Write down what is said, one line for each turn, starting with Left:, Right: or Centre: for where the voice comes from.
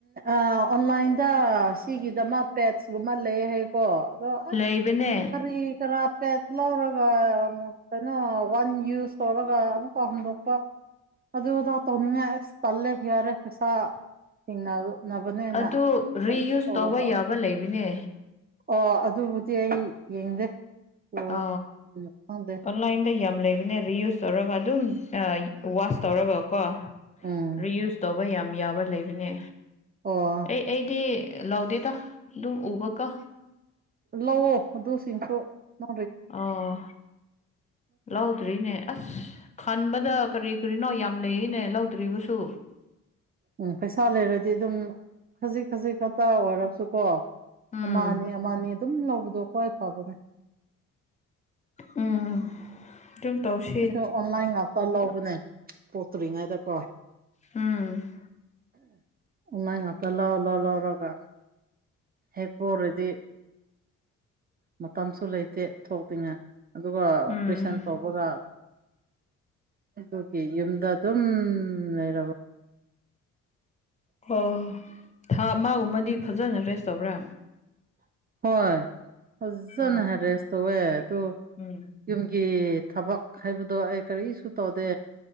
Right: ꯑꯣꯟꯂꯥꯏꯜꯗ ꯁꯤꯒꯤꯗ ꯃ ꯄꯦꯠꯁꯀꯨꯝꯕ ꯂꯩ ꯍꯥꯏꯀꯣ ꯑꯗꯣ ꯑꯁ
Left: ꯂꯩꯕꯅꯦ
Right: ꯀꯔꯤ ꯀꯔꯥ ꯄꯦꯁ ꯂꯧꯔꯒ ꯑꯃꯛ ꯀꯩꯅꯣ ꯋꯥꯟ ꯌꯨꯁ ꯇꯧꯔꯒ ꯑꯃꯨꯛꯀ ꯍꯟꯗꯣꯛꯄ ꯑꯗꯨꯗꯣ ꯇꯅꯤꯡꯉꯥꯏ ꯑꯁ ꯇꯜꯦ ꯌꯔꯦ ꯄꯩ ꯁꯥ ꯊꯤꯡꯅꯅꯕꯅꯦꯅ
Left: ꯑꯗꯨ
Right: ꯀꯔꯤꯁꯨ
Left: ꯔꯤꯌꯨꯁ
Right: ꯇꯧꯔꯕ
Left: ꯇꯧꯕ ꯌꯥꯕ ꯂꯩꯕꯅꯦ
Right: ꯑꯣ ꯑꯗꯨꯕꯨꯗꯤ ꯑꯩ ꯌꯦꯡꯗꯦ ꯑꯣ
Left: ꯑ
Right: ꯎꯝ ꯈꯪꯗꯦ
Left: ꯑꯣꯟꯂꯥꯏꯟꯗ ꯌꯥꯝ ꯂꯩꯕꯅꯦ ꯔꯤꯌꯨꯁ ꯇꯧꯔꯒ ꯑꯗꯨꯝ ꯋꯥꯁ ꯇꯧꯔꯒꯀꯣ
Right: ꯎꯝ
Left: ꯔꯤꯌꯨꯁ ꯇꯧꯕ ꯌꯥꯝ ꯌꯥꯕ꯭ꯔꯥ ꯂꯩꯕ ꯏꯅꯦ
Right: ꯑꯣ
Left: ꯑꯩ ꯑꯩꯗꯤ ꯂꯧꯎꯗꯦꯗ ꯑꯗꯨꯝ ꯎꯕ ꯀꯣ
Right: ꯂꯑꯣ ꯑꯗꯨꯁꯤꯡꯁꯨ ꯅ
Left: ꯑꯣ ꯂꯥꯎꯗ꯭ꯔꯤꯅꯦ ꯑꯁ ꯈꯟꯕꯗ ꯀꯔꯤ ꯀꯔꯤꯅꯣ ꯌꯥꯝ ꯂꯩꯅꯦ ꯂꯧꯗ꯭ꯔꯤꯕꯁꯨ
Right: ꯎꯝ ꯄꯩꯁꯥ ꯂꯩꯔꯗꯤ ꯑꯗꯨꯝ ꯈꯖꯤꯛ ꯈꯖꯤꯛ ꯈꯛꯇ ꯑꯣꯏꯔꯕꯁꯨ ꯀꯣ
Left: ꯎꯝ
Right: ꯑꯃꯅꯤ ꯑꯃꯅꯤ ꯑꯗꯨꯝ ꯂꯧꯕꯗꯣ ꯈ꯭ꯋꯥꯏ ꯐꯕꯅꯦ
Left: ꯎꯝ ꯇꯧꯁꯤ
Right: ꯑꯁ ꯑꯣꯟꯂꯥꯏꯟ ꯉꯥꯛꯇ ꯂꯧꯕꯅꯦ ꯄꯣꯠꯇ꯭ꯔꯤꯉꯩꯗꯀꯣ
Left: ꯎꯝ
Right: ꯃꯥꯏ ꯉꯥꯛꯇ ꯂꯧꯔ ꯂꯥꯎꯔꯒ ꯍꯦꯛꯄꯣꯔꯗꯤ ꯃꯇꯝꯁꯨ ꯂꯩꯇꯦ ꯊꯣꯛꯇ꯭ꯔꯤꯉꯩ ꯑꯗꯨꯒ ꯑꯣꯄꯔꯦꯁꯟ
Left: ꯎꯝ
Right: ꯇꯧꯕꯒ ꯑꯗꯨꯒꯤ ꯌꯨꯝꯗ ꯑꯗꯨꯝ ꯂꯩꯔꯕ
Left: ꯑꯣ ꯊꯥ ꯑꯃꯒꯨꯝꯕꯗꯤ ꯐꯖꯅ ꯔꯦꯁ ꯇꯧꯕ꯭ꯔꯥ
Right: ꯍꯣꯏ ꯐꯖꯅ
Left: ꯑꯣ
Right: ꯍꯥꯏ ꯔꯦꯁ ꯇꯧꯋꯦ ꯑꯗꯨ
Left: ꯎꯝ
Right: ꯌꯨꯝ ꯒꯤ ꯊꯕꯛ ꯍꯥꯏꯕꯗꯣ ꯑꯩ ꯀꯔꯤꯁꯨ ꯇꯧꯗꯦ